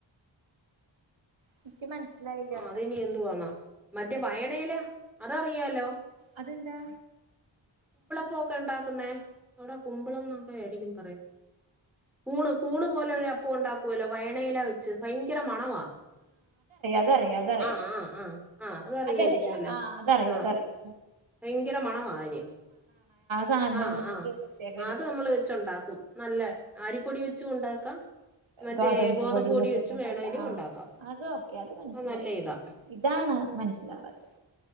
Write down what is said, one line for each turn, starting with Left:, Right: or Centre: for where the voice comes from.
Right: എനിക്ക് മനസ്സിലായില്ലാട്ടാ
Centre: ആ അത്നി എന്തുവാന്നാ മറ്റേ
Right: ഉം
Centre: വയണയില അതറിയാലോ?
Right: അതെന്താ?
Centre: പോക്കെ ഉണ്ടാക്കുന്നേ അവിടെ കുമ്പളം എന്നൊക്കെ ആായിരിക്കും പറയുന്നത് ക കുണ് കൂണ്ു പോലെ ഒരു അപ്പ ഉണ്ടാക്കുവല്ലോ വയ മടയില വെച്ചു ഭയങ്കര മണവാ
Right: അതറിയാ അതറിയാ
Centre: ആ ആ ആ ആ അതറിയായിരിക്കുമല്ലോ
Right: അതറിയ ആ അതറിയാ
Centre: ആ
Right: അതറിയാ
Centre: ഭയങ്കര മണമാ യ്ന്.
Right: സാധനം
Centre: ആ
Right: ഉണ്ടെങ്കിൽ
Centre: ആ
Right: പ്രത്യേക ഒരു
Centre: അത്
Right: ഇതാണ്
Centre: നമ്മൾ വെച്ചുണ്ടാക്കും നല്ല അരിപ്പൊടി വെച്ചു ഉണ്ടാക്കാ മറ്റേ
Right: ഗോതമ്പ്
Centre: ഗോതമ്പു
Right: പൊടിന്ന്
Centre: പൊടി
Right: വെച്ചിട്ടുണ്ടാക്ക
Centre: വെച്ചും വേണെലും
Right: ആ
Centre: ഉണ്ടാക്കാം.
Right: അത് ഓക്കെ അത് മനസ്സിലായി
Centre: നല്ല ഇതാ
Right: ഇതാണ് മനസ്സിലാവാത്തെ